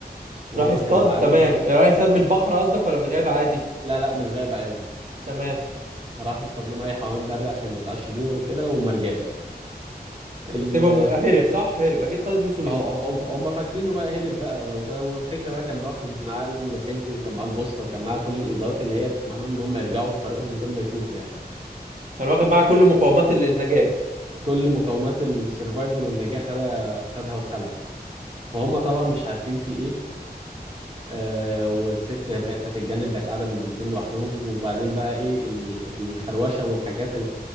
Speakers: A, on the right; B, on the right.
A: وهو
B: راح يصطاد
A: كان معاه
B: تمام
A: ال-
B: راح يصطاد من البحر قصدك ولا من الغابه عادي
A: لا لا من الغابة عادي
B: تمام
A: راح يصطاد لهم اي حيوان بري عشان يتعشوا بيه وكده وما رجعش ال
B: سيبهم هرب صح هرب اكيد خد الفلوس ومشي
A: ه- هم هم فاكرينه بقى هرب بقى وب- والفكره بقى كان واخد معاه اللاسلكي وكان معاه البوصله وكان معاه كل الادوات اللي هي تسمح لهم ان هم يرجعوا في طريقهم من غير ما يتوهوا يعني
B: كان واخد معاه كل مقومات ال- النجاه
A: كل مقومات السرفايفل والنجاه خدها خدها وخلع فهم طبعا مش عارفين في ايه آه والست بقت هتتجنن بقت قاعده بالبنتين لوحدهم وبعدين بقى ايه ال- الخروشه والحاجات اللي